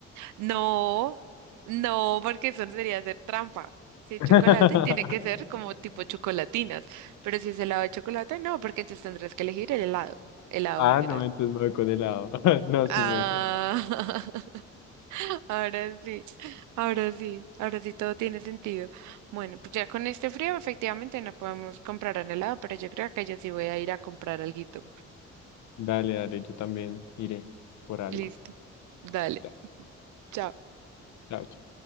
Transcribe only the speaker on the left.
<laughs>
Ah,
no, entonces me voy con helado. <laughs> No, sí
me voy con helado.
Dale, dale, yo también iré por algo.
Da-
Chao, chao.